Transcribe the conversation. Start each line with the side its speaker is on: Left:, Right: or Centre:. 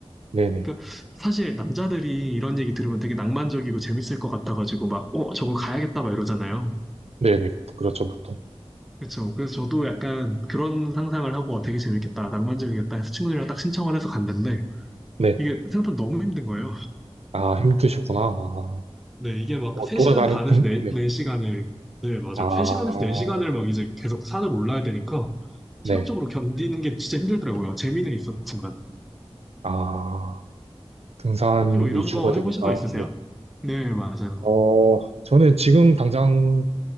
Right: 네네.
Centre: 그러니까 사실 남자들이 이런 얘기 들으면 되게 낭만적이고 재밌을 것 같아가지고 막, 어, 저거 가야겠다 막 이러잖아요.
Right: 네네. 그렇죠, 보통.
Centre: 그렇죠. 그래서 저도 약간 그런 상상을 하고 어, 되게 재밌겠다, 낭만적이겠다 해서 친구들이랑 딱 신청을 해서 갔는데
Right: 네.
Centre: 이게 생각보다 너무 힘든 거예요.
Right: 아, 힘드셨구나. 아,
Centre: 네, 이게 막
Right: 뭐,
Centre: 3시간
Right: 돌아다니,
Centre: 반에서
Right: 등?
Centre: 4,
Right: 네.
Centre: 네시간을 네, 맞아요.
Right: 아,
Centre: 3시간에서 4시간을 막 이제 계속 산을 올라야 되니까
Right: 네.
Centre: 체력적으로 견디는 게 진짜 힘들더라고요. 재미는 있었지만.
Right: 아, 등산이
Centre: 혹시 뭐 이런
Right: 주가
Centre: 거
Right: 되니까,
Centre: 해보신 거 있으세요?
Right: 네.
Centre: 네, 맞아요.
Right: 어, 저는 지금 당장